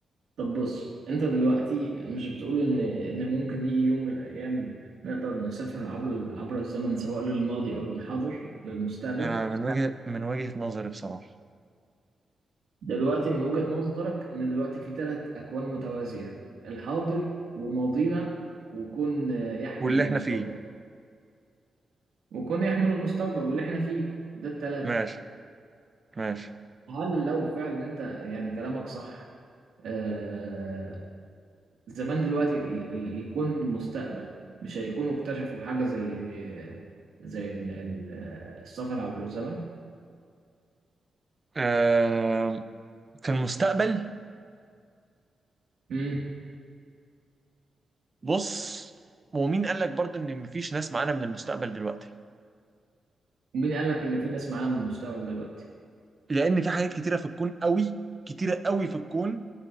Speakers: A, on the right (about 80°); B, on the right (about 20°).
A: طب بص انت دلوقتي مش بتقول ان ان ممكن يجي يوم من الايام نقدر نسافر عبر عبر الزمن سواء للماضي او للحاضر للمستقبل
B: انا من وجهة من وجهة نظري بصراحة
A: دلوقتي من وجهة نظرك ان دلوقتي في ثلاث اكوان متوازية الحاضر وماضينا وكون يحمل
B: واللي
A: المستقبل
B: احنا فيه
A: وكون يحمل المستقبل واللي احنا فيه ده الثلاثة
B: ماشي ماشي
A: هل لو فعلا انت يعني كلامك صح آه، زمان دلوقتي ال- ال- الكون المستقبل مش هيكونوا اكتشفوا حاجة زي زي ال- ال- السفر عبر الزمن
B: آه في المستقبل
A: امم
B: بص ومين قال لك برضه ان مفيش ناس معانا من المستقبل دلوقتي
A: ومين قال لك ان في ناس معانا من المستقبل دلوقتي
B: لان في حاجات كتيره في الكون قوي كتيره قوي في الكون